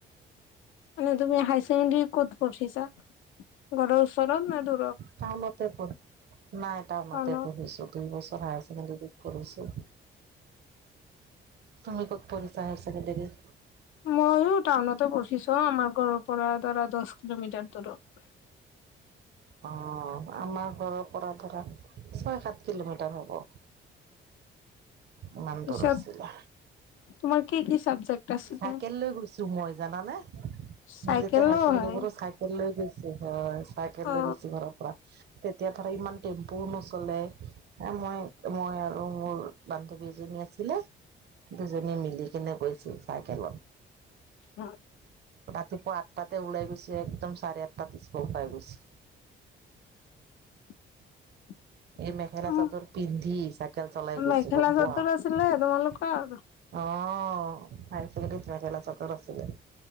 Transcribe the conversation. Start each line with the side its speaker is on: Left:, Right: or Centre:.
Left: মানে তুমি হাইছেকেণ্ডাৰী ক'ত পঢ়িছা ঘৰৰ ওচৰত নে দূৰত।
Right: টাউনতে নাই তাৰ
Left: টাউনত?
Right: মতে পঢ়িছো দুই বছৰ হাইছেকেণ্ডৰীত পঢ়িছো। তুমি ক'ত পঢ়ীছা হাইছেকেণ্ডেৰি।
Left: মইো টাউনতে পঢ়িছো। আমাৰ ঘৰৰ পৰা ধৰা দহ কিলোমিটাৰ। ধৰক
Right: অ' আমাৰ ঘৰৰ পৰা ধৰা ছয় সাত কিলোমিটাৰ হ'ব। ইমান
Left: পিছত
Right: দূৰ আছিলে।
Left: তোমাৰ কি কি চাবজেক্ট। আছিলে?
Right: চাইকেল লৈ গৈছো মই জানানে
Left: চাইকেলো
Right: মই যেতি হায় ছেকেণ্ডাৰী
Left: হয়।
Right: পঢ়ো চাইকেল লৈ গৈছো। হয়, চাইকেল
Left: অ'।
Right: লৈ গৈছো ঘৰৰ পৰা। তেতিয়া ধৰ ইমান টেম্পুও নচলে এ মই মই আৰু মোৰ বান্ধৱীজনী। আছিলে দুজনী মিলি কেনে গৈছিল। চাইকেলত
Left: হয়।
Right: ত অ আঠটাতে উলাই গৈছে একদম চাৰে আঠতাত স্কুল পাই গৈছে
Left: <inaudible>
Right: এই মেখেলা
Left: উম,
Right: চাদৰ পিন্ধি চাইকেল চলাই গৈছে
Left: মেখেলা
Right: গম
Left: চাদৰ
Right: পোৱা
Left: আছিলে
Right: অ
Left: তোমালোকৰ?
Right: হাই ছেকেণ্ডাৰীত মেখেলা চাদৰ আছিলে